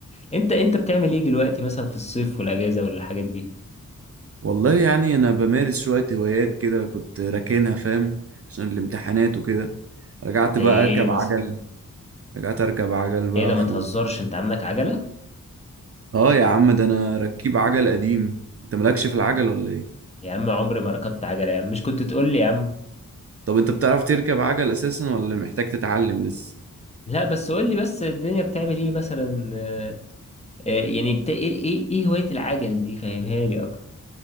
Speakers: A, on the left; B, on the right.
A: انت انت بتعمل ايه دلوقتي مثلا في الصيف والاجازة ولا الحاجات دي
B: والله يعني انا بمارس شوية هوايات كده كنت راكنها فاهم عشان الامتحانات وكده رجعت
A: زي
B: بقى
A: ايه
B: اركب
A: مثلا
B: عجل رجعت اركب عجل بقى
A: ايه ده ما
B: في
A: تهزرش
B: ال...
A: انت عندك عجلة
B: اه يا عم ده انا ركيب عجل قديم انت مالكش في العجل ولا ايه
A: يا عم عمري ما ركبت عجلة يا عم مش كنت تقول لي يا عم
B: طب انت بتعرف تركب عجل اساسا ولا محتاج تتعلم لسه
A: لا بس قول لي بس الدنيا بتعمل ايه مثلا آه، آه، يعني بت... ايه ايه إيه هواية العجل دي فهمها لي اكتر